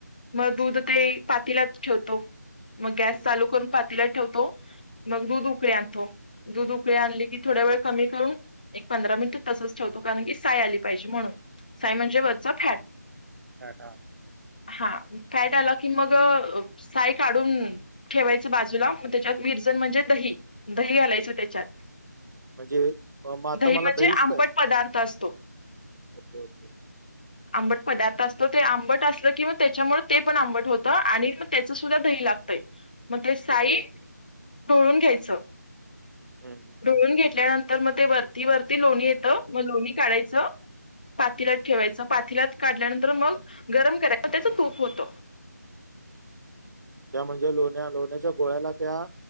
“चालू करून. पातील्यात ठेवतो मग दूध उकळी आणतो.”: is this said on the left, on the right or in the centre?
Left